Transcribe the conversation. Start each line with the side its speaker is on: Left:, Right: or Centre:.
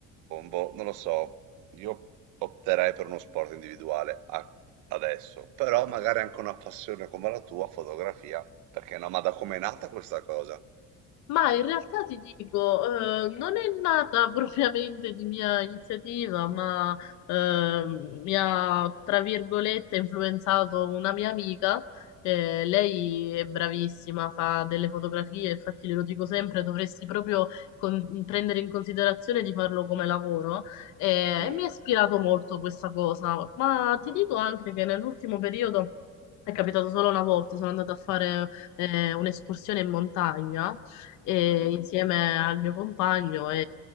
Right: boh, non lo so, io opterei per uno sport individuale a- adesso, però magari anche una passione come la tua, fotografia, perché no, ma da com'è nata questa cosa?
Left: Ma in realtà ti dico, eh, non è nata <laughs> propriamente di mia iniziativa, ma eh, mi ha, tra virgolette, influenzato una mia amica. Eh, lei è bravissima, fa delle fotografie, infatti glielo dico sempre, dovresti proprio con- prendere in considerazione di farlo come lavoro. Eh,
Right: Mm,
Left: E mi ha ispirato molto questa cosa, ma ti dico anche che nell'ultimo periodo... È capitato solo una volta, sono andata a fare eh, un'escursione in montagna e-
Right: mhm.
Left: insieme al mio compagno e,